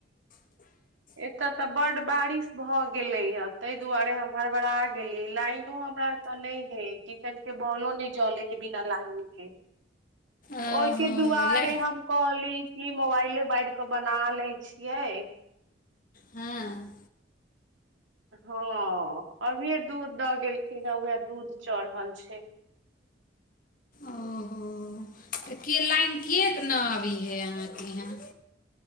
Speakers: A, on the right (about 80°); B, on the left (about 45°).
A: एतय तऽ बड बारिश भऽ गेले या ताहि दुआरे हम हड़बड़ा गेली लाइनो हमरा तऽ नहि है। किकट के बॉलो नहि जले है। बिना लाइन के
B: ओहो
A: ओहिके दुआरे
B: ला
A: हम कहली कि मोबाइले बार कऽ बना लैत छियै।
B: हँ
A: हँ अभिये दूध द गेलखिन हे उह दूध चढ़ल छै।
B: ओहो तऽ के लाइन कियेक न आबै है अहाँके ई हाँ